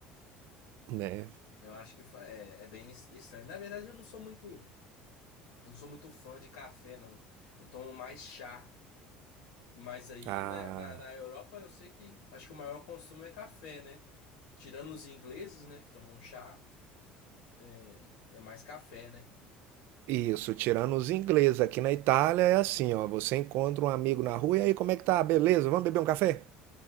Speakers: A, on the right; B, on the left.
A: <laughs> né?
B: Eu acho que fa- é, é bem es- estranho. Na verdade, eu não sou muito, eu não sou muito fã de café, não. Eu tomo mais chá. Mas aí
A: Ah,
B: na, na, na Europa eu sei que acho que o maior consumo é café, né? Tirando os ingleses, né, que tomam chá. É, é mais café, né? <laughs>
A: isso, tirando os ingleses, aqui na Itália é assim, ó, você encontra um amigo na rua e aí, como é que tá? Beleza? Vamos beber um café?